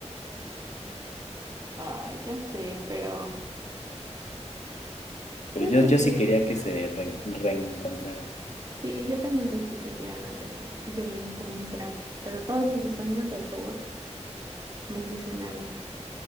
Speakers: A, on the right (about 35°); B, on the left (about 75°).
A: Ay, ya sé, pero
B: Pero
A: yo
B: yo,
A: pensé,
B: yo sí quería que se re- reencontraran.
A: sí, yo también pensé que se iban a reco- reencontrar, pero todos esos sueños del robot me ilusionaron.